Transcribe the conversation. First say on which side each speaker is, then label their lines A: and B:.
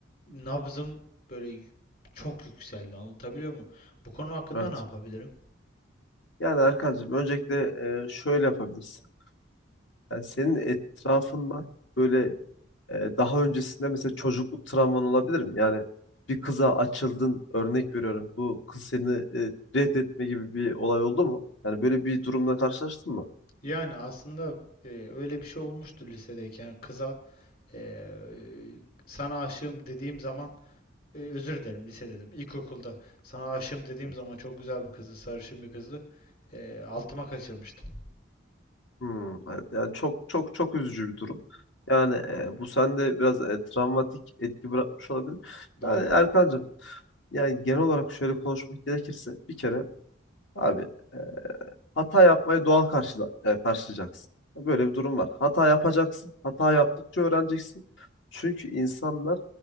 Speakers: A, on the left; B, on the left.
A: nabzım böyle y- çok yükseldi. Anlatabiliyor muyum? Bu konu hakkında
B: evet.
A: ne yapabilirim?
B: Yani Erkancığım öncelikle e, şöyle yapabilirsin. Yani senin etrafında böyle Ee, daha öncesinde mesela çocukluk travman olabilir mi? Yani bir kıza açıldın örnek veriyorum. Bu kız seni e, reddetme gibi bir olay oldu mu? Yani böyle bir durumla karşılaştın mı?
A: Yani aslında e, öyle bir şey olmuştu lisedeyken kıza e, sana aşığım dediğim zaman e, özür dilerim lise dedim. İlkokulda sana aşığım dediğim
B: Evet.
A: zaman çok güzel bir kızdı, sarışın bir kızdı. E, altıma kaçırmıştım.
B: Hmm, evet. Yani çok çok çok üzücü bir durum. Yani e, bu sende biraz e, travmatik etki bırakmış olabilir.
A: Doğru.
B: Yani Erkancığım yani genel olarak şöyle konuşmak gerekirse bir kere abi Hata yapmayı doğal karşıla, e, karşılayacaksın. Böyle bir durum var. Hata yapacaksın. Hata yaptıkça öğreneceksin. Çünkü insanlar